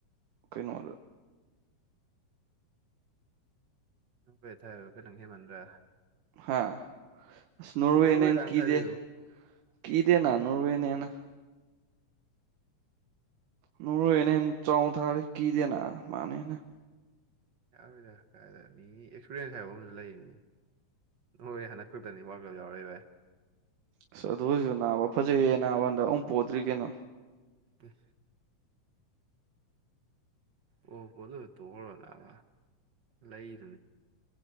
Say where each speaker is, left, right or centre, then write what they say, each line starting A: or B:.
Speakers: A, on the right; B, on the right.
A: ꯀꯩꯅꯣꯗ
B: ꯅꯪ ꯀꯩ ꯊꯥ ꯍꯥꯏꯕ ꯀ ꯅꯪ ꯃꯗ꯭ꯔꯥ
A: ꯍꯥꯥ ꯑꯁ ꯅꯣꯔꯋꯦꯅ
B: ꯅꯣꯔꯋꯦꯗꯥꯡ
A: ꯍꯦꯟꯀꯤꯗꯦ
B: ꯊꯥꯏꯂꯤꯗꯨꯕꯨ
A: ꯀꯤꯗꯦ ꯅ
B: ꯑꯦ
A: ꯅꯣꯔꯋꯦꯅ ꯍꯦꯟꯅ ꯅꯣꯔꯋꯦꯅ ꯍꯦꯟ ꯆꯥꯎꯊꯥꯔꯦ ꯀꯤꯗꯦꯅ ꯃꯥꯅꯥ ꯍꯦꯟꯅ
B: ꯌꯥꯔꯣꯗ ꯀꯥꯏꯗꯩ ꯃꯤꯒꯤ ꯑꯦꯛꯁꯄꯤꯔꯤꯌꯦꯟꯁ ꯍꯥꯏꯕ ꯑꯃꯁꯨ ꯂꯩꯔꯤꯅꯤ ꯍꯣꯏ ꯍꯟꯗꯛ ꯈꯛꯇꯅꯤ ꯋꯥꯜꯀꯞ ꯌꯥꯎꯔꯛꯏ ꯚꯥꯢ
A: ꯑꯁ ꯑꯗꯨ ꯑꯣꯏꯔꯁꯨ ꯅꯥꯕ ꯐꯖꯩꯌꯦ ꯅꯥꯕ ꯍꯟꯗꯛ ꯑꯃꯨꯛ ꯄꯣꯗ꯭ꯔꯤ ꯀꯩꯅꯣ
B: ꯇꯦ ꯑꯣ ꯄꯣꯗꯅ ꯇꯣꯑꯔꯣꯏ ꯅꯥꯕꯥ ꯂꯩꯗꯨꯅꯤ